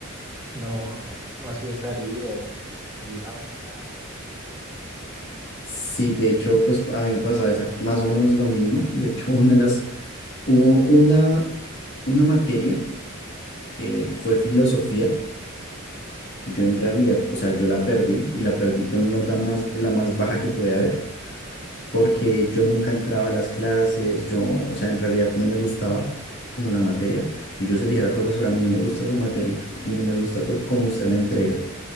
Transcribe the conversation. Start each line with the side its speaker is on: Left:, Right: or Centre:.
Right: No, no, no hacía tareas, ni estudiaba, ni nada.
Left: Sí, de hecho, pues a mí me pasaba exact- más o menos lo mismo. De hecho, una de las, hubo una, una materia que fue filosofía, que yo en realidad, o sea, yo la perdí y la perdí con nota más, la más baja que puede haber. porque yo nunca entraba a las clases, yo, o sea, en realidad no me gustaba como la materia, y yo se le dije a la profesora, a mí no me gusta su materia, y no me gusta por cómo usted la entrega.